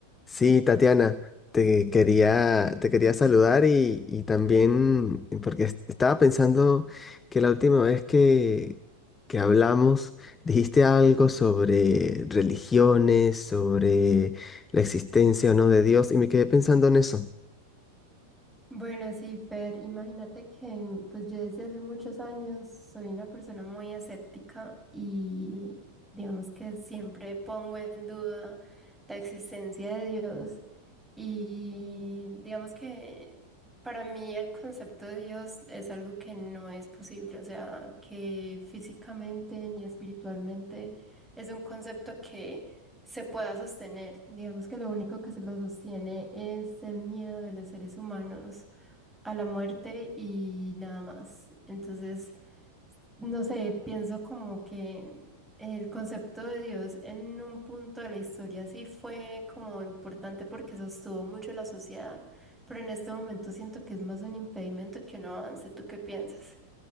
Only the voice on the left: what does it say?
Sí, Tatiana, te quería, te quería saludar y, y también porque es- estaba pensando que la última vez que, que hablamos dijiste algo sobre religiones, sobre la existencia o no de Dios y me quedé pensando en eso.